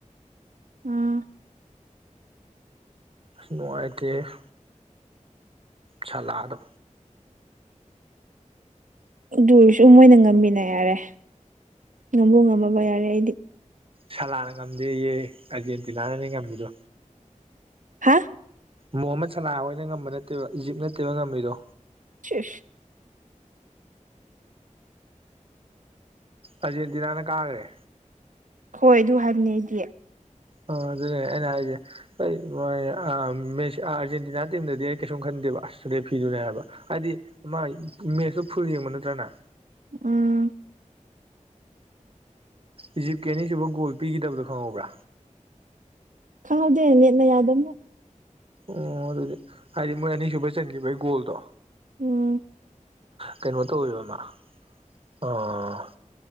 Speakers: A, on the right; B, on the right.
A: <unintelligible>
B: ꯅꯨꯉꯥꯏꯇꯦꯍ‌ꯦ ꯁꯂꯥꯗꯣ
A: ꯑꯗꯨ ꯑ‌ꯣꯏꯁꯨ ꯃꯣꯏꯅ ꯉꯝꯃꯤꯅ ꯌꯥꯔꯦ ꯉꯝꯕꯨ ꯉꯝꯃꯕ ꯌꯥꯔꯦ ꯑꯩꯗꯤ
B: ꯁꯂꯥꯅ ꯉꯝꯗꯤꯌꯦ ꯑꯔꯖꯦꯟꯇꯤꯅꯥꯅꯅꯦ ꯉꯝꯃꯤꯗꯣ
A: ꯍꯥ
B: ꯃꯣꯍꯃꯠ ꯁꯂꯥ ꯍꯣꯏꯅ ꯉꯝꯕ ꯅꯠꯇꯦꯕ ꯏꯖꯤꯞ ꯅꯠꯇꯦꯕ ꯉꯝꯃꯤꯗꯣ
A: <unintelligible>
B: ꯑꯔꯖꯦꯟꯇꯤꯅꯥꯅ ꯀꯥꯒꯔ‌ꯦ
A: ꯈ‌ꯣꯏ ꯑꯗꯨ ꯍꯥꯏꯕꯅ‌ꯦ ꯑꯩꯗꯤ
B: ꯑ ꯑꯗꯨꯅꯦ ꯑꯩꯅ ꯍꯥꯏꯖ‌ꯦ ꯑꯩ ꯃꯣꯏ ꯑꯥ ꯃ‌ꯦꯁ ꯑꯥ ꯑꯥꯔꯖꯦꯟꯇꯤꯅꯥ ꯇꯤꯝꯗꯗꯤ ꯑꯩ ꯀꯩꯁꯨꯝ ꯈꯟꯗꯦꯕ ꯑꯁ ꯔ‌ꯦꯐꯤꯗꯨꯅꯦ ꯍꯥꯏꯕ ꯍꯥꯏꯗꯤ ꯃꯥꯏ ꯃꯦꯁꯇꯨ ꯐꯨꯜ ꯌ‌ꯦꯡꯕ ꯅꯇꯔꯥ ꯅꯥ
A: ꯎꯝ
B: ꯏꯖꯤꯞꯀꯤ ꯑꯅꯤꯁꯨꯕ ꯒꯣꯜ ꯄꯤꯒꯤꯗꯕꯗꯣ ꯈꯪꯍꯧꯕ꯭ꯔꯥ
A: ꯈꯪꯍꯧꯗꯦ ꯅꯦꯠꯅ ꯌꯥꯗꯝꯅ
B: ꯑꯣ ꯑꯗꯨꯗꯤ ꯍꯥꯏꯗꯤ ꯃꯣꯏ ꯑꯅꯤꯁꯨꯕꯩ ꯆꯟꯒꯤꯕꯩ ꯒꯣꯜꯗꯣ
A: ꯎꯝ
B: ꯀꯩꯅꯣ ꯇꯧꯋ‌ꯦꯕ ꯃꯥ ꯑꯥ